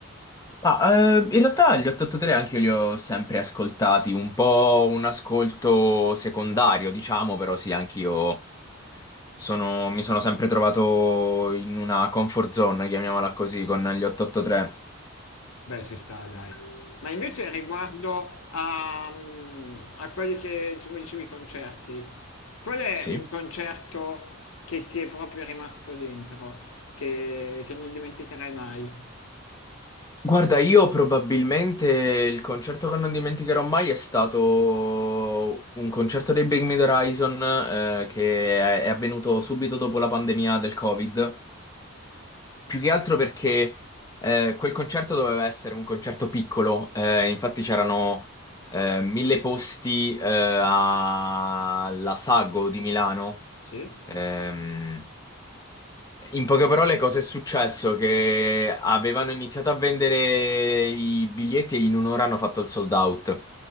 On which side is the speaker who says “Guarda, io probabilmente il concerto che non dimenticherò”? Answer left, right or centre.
Left